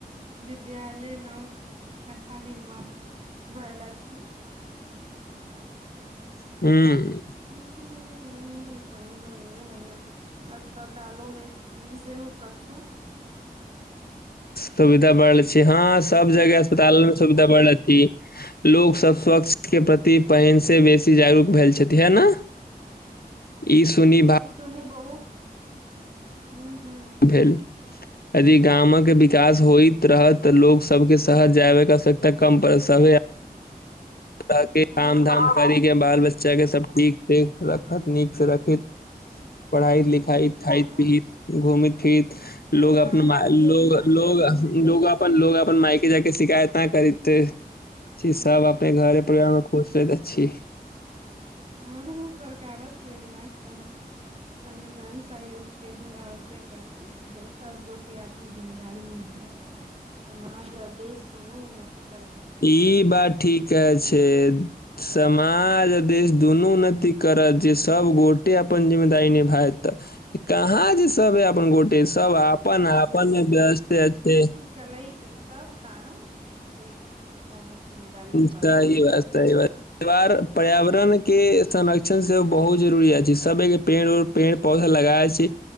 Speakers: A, on the right; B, on the left.
A: विद्यालय नव कथा निर्माण भेल अछि
B: हूं
A: हूं हूं इ तऽ मिलै नै अछि अस्पतालो मे सेहो कछु
B: सुविधा बढ़ छै हँ सब जगह
A: ह
B: अस्पताल मे सुविधा बढ़थी लोक सब स्वच्छ के प्रति पहिन से बेसी जागरूक भेल छथि है न ई सुनि <unintelligible>
A: सुनि बहुत, हूॅं-हूॅं
B: भाव भेल यदि गामक विकास होइत रहत तऽ लोग सबके शहर जायवाक आवश्यकता कम पड़त सभे धऽके काम-धाम
A: हँ
B: करीके बाल-बच्चाके सब ठीक से राख नीक से रखैत पढ़ाइ-लिखाइ,
A: हूं
B: खाइत-पीहित
A: हँ
B: घुमैत-फिरथि
A: सरकारक
B: लोग अपन मा लोग
A: योजना
B: लोग
A: हूं
B: लोग अ अपन लोग अपन मायके जाएके शिकायत ना करिते छी सब अपने घर परिवारमे खुश रहैत अछि
A: हँ सरकार योजना संग से जन सहयोग सेहो आवश्यक अछि सब गोटे अपन जिम्मेदीरी निभायत तऽ समाज आ देश दुनू उन्नति करत
B: ई बात ठीके अछि। समाज आ देश दुनू उन्नति करत जे सबगोटे अपन जिम्मेदारी निभायत तऽ कहाँ जे सब अपन गोटे सब आपन आपनमे व्यस्ते अछि
A: क लै सब काम कोइ कोनो <unintelligible> निभाबैत
B: सही
A: अछि
B: बात सही बात। परिवार पर्यावरणके
A: हूं
B: संरक्षण से बहुत जरुरी अछि। सबएके पेड़ उड़ पेड़-पौधा लगाइ अछि